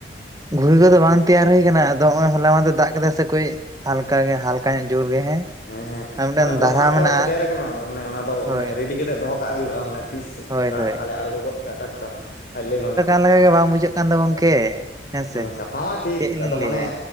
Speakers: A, on the right; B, on the left.
A: ᱜᱷᱩᱨᱤ ᱠᱚᱫᱚ ᱵᱟᱝ ᱛᱮᱭᱟᱨ ᱦᱩᱭ ᱟᱠᱟᱱᱟ ᱟᱫᱚ ᱦᱚᱸᱜ ᱚᱭ ᱦᱚᱞᱟ ᱢᱟᱫᱮᱨ ᱫᱟᱜ ᱠᱮᱫᱟ ᱥᱮ ᱠᱚᱭᱼᱼ ᱦᱟᱞᱠᱟ ᱜᱮ ᱦᱟᱞᱠᱟ ᱧᱚᱜ ᱡᱳᱨ ᱜᱮ ᱦᱮᱸ
B: ᱦᱮᱸ ᱦᱮᱸ
A: ᱟᱨ ᱢᱤᱫᱴᱮᱱ
B: ᱢᱟᱱᱮ ᱵᱚᱨᱥᱟ
A: ᱫᱟᱨᱦᱟ
B: ᱛᱚ
A: ᱢᱮᱱᱟᱜᱼᱟ
B: ᱥᱮᱴᱮᱨ ᱟᱠᱟᱱᱟ ᱢᱟᱱᱮ ᱚᱱᱟ ᱫᱚ
A: ᱦᱳᱭ
B: ᱢᱟᱱᱮ ᱨᱮᱰᱤ ᱠᱟᱛᱮᱜ ᱫᱚᱦᱚ ᱠᱟᱜ ᱦᱩᱭᱩᱜᱼᱟ ᱢᱟᱱᱮ, ᱛᱤᱥ
A: ᱦᱳᱭ
B: ᱫᱟᱜ
A: ᱦᱳᱭ
B: ᱟᱠᱟᱞᱮ ᱟᱲᱜᱚ ᱜᱚᱫ ᱠᱟᱜ-ᱟ ᱴᱟᱴᱠᱟ ᱠᱷᱟᱡ ᱞᱟᱹᱭ ᱵᱟᱝᱟ᱾
A: ᱞᱮ ᱜᱮ ᱵᱟᱝ ᱵᱩᱡᱷᱟᱹᱜ ᱠᱟᱱ ᱫᱚ ᱜᱚᱝᱠᱮ᱾ ᱦᱮᱸᱥᱮ
B: ᱦᱮᱸ ᱠᱟᱛᱷᱟ ᱢᱟ ᱴᱷᱤᱠ
A: ᱪᱮᱫ ᱞᱤᱧ
B: ᱟᱫᱚ
A: ᱞᱟᱹᱭᱟ
B: ᱢᱟᱱᱮ,